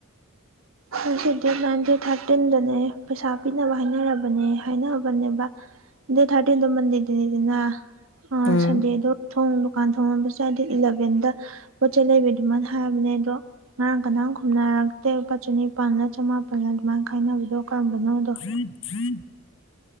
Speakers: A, on the left; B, on the right.
A: <inaudible>
B: ꯑꯩꯁꯦ ꯗꯦꯠ ꯅꯥꯏꯟꯇꯤꯟ ꯊꯥꯔꯇꯤꯟꯗꯅꯦ ꯄꯩꯁꯥ ꯄꯤꯅꯕ ꯍꯥꯏꯅꯔꯕꯅꯦ ꯍꯥꯏꯅꯕꯅꯦꯕ ꯗꯦꯠ ꯊꯥꯔꯇꯤꯟꯗꯣ ꯃꯟꯗꯦꯗꯅꯤꯗꯅ ꯑꯥ
A: ꯎꯝ
B: ꯁꯟꯗꯦꯗꯨ ꯊꯣꯡ ꯗꯨꯀꯥꯟ ꯊꯣꯡꯂꯣꯟꯕꯁꯨ ꯌꯥꯏ ꯗꯦꯠ ꯏꯂꯚꯦꯟꯗ ꯄꯣꯠ ꯆꯩ ꯂꯩꯕꯩ ꯗꯨꯃꯥꯏꯅ ꯍꯥꯏꯕꯅꯦ ꯑꯗꯣ ꯉꯔꯥꯡ ꯀꯅꯥꯝ ꯈꯨꯝꯅꯔꯛ ꯇꯦ ꯂꯨꯄꯥ ꯆꯅꯤꯄꯥꯜꯂ ꯆꯥꯃꯥꯄꯜꯂ ꯑꯗꯨꯃꯥꯏꯅ ꯈꯥꯏꯅꯕꯗꯣ ꯀꯔꯝꯕꯅꯣꯗꯣ
A: <inaudible>